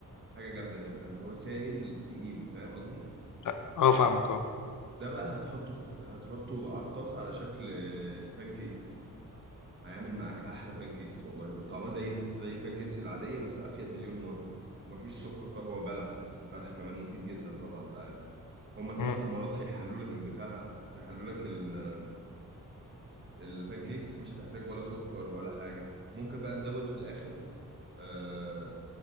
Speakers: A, on the right; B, on the left.
A: حاجه جامده هيبقى اللي هو سائل تقيل فاهم قصدي
B: أ آه فاهمك آه.
A: ده بقى هتحطه في الت- هتحطه على الطاسه على شكل بانكيكس هيعمل معاك احلى بانكيكس والله طعمها زي ال- زي البانكيكس العاديه بس افيد مليون مره ومفيش سكر خالص هو بلح بس البلح كمان مفيد جدا طبعا انت عارف هما ثلاث
B: إمم.
A: تمرات هيحلوا لك البتاع هيحلوا لك ال- البانكيكس مش هتحتاج ولا سكر ولا حاجه ممكن بقى تزود في الاخر آه،